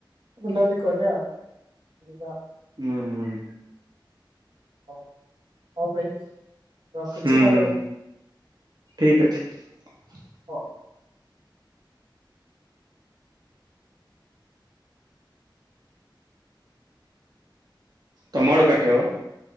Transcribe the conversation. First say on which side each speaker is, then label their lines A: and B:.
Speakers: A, on the right (about 85°); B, on the right (about 55°).
A: ବୁଲାବୁଲି କରିବା ଯିବା।
B: ଉଁ ହୁଁ।
A: ହଉ ହଉ ଭାଇ ରଖୁଛି
B: ହୁଁ
A: ଆଉ।
B: ହୁଁ ଠିକ ଅଛି।
A: ହଉ।
B: ତମ ଆଡୁ କାଟିବ ପା?